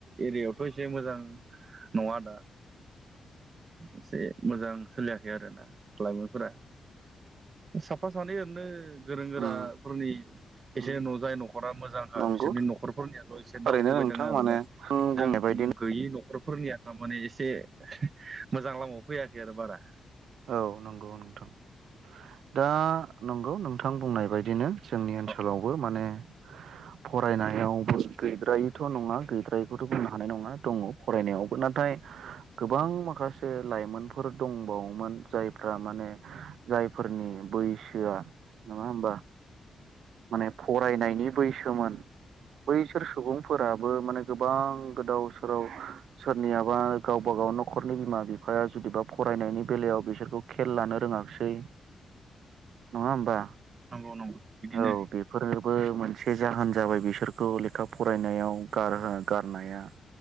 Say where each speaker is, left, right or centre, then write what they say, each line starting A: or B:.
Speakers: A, on the right (about 45°); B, on the right (about 80°).
A: एरियायावथ' एसे मोजां नङा दा एसे मोजां सोलियाखै आरोना लाइमोनफोरा साफा सानै ओरैनो गोरों गोराफोरनि
B: उम
A: एसे
B: उम
A: न' जाय न'खरा मोजांखा
B: नंगौ
A: बिसोरनि न'खरफोरनियाल' एसे दावखोबाय
B: ओरैनो नोंथां
A: <unintelligible> आरोना
B: माने आं बुंनाय
A: जों
B: बायदिनो
A: गोयै न' न'खरफोरनिया थारमाने एसे मोजां लामायाव फैयाखै आरो बारा
B: औ नोंगौ नोंथां दा नोंगौ नोंथां बुंनाय बायदिनो जोंनि
A: औ
B: ओनसोलावबो माने
A: <inaudible>
B: फरायनायावबो गैद्रायैथ' नङा गैद्रायैखौथ' बुंनो हानाय नङा दङ फरायनायावबो ना नाथाय गोबां माखासे लाइमोनफोर दंबावो जायफ्रा माने जायफोरनि बैसोआ नङा होमबा माने फरायनायनि बैसोमोन बैसोर सुबुं फोराबो माने गोबां गोदाव सोराव सोरनियाबा गावबा गाव न'खरनि बिमा बिफा बिफाया जुदिबा फरायनायनि बेलायाव बिसोरखौ खेल लानो रोङासै नङा होमबा
A: नंगौ नंगौ बिदिनो
B: औ बेफोरनोबो मोनसे जाहोन जाबाय बिसोरखौ लेखा फरायनायाव गार गारनाया